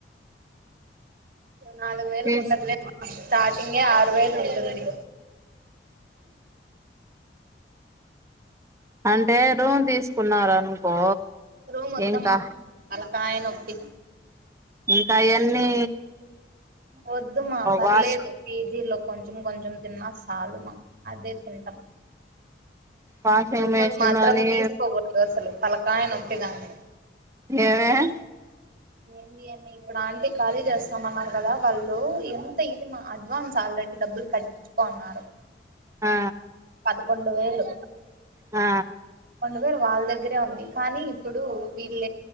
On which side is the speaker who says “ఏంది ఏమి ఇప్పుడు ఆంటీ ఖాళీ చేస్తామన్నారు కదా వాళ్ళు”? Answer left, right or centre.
Right